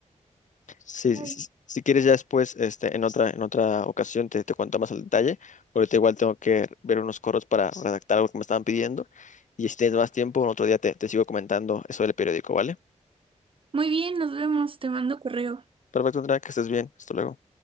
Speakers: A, on the left (about 75°); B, on the right (about 45°).
A: Sí,
B: Bye.
A: sí, sí. Si quieres ya después, este, en otra, en otra ocasión te, te cuento más al detalle. Ahorita igual tengo que ver unos coros para redactar algo que me estaban pidiendo. Y si tienes más tiempo, otro día te, te sigo comentando eso del periódico, ¿vale?
B: muy bien, nos vemos, te mando correo.
A: Perfecto, Andrea, que estés bien. Hasta luego.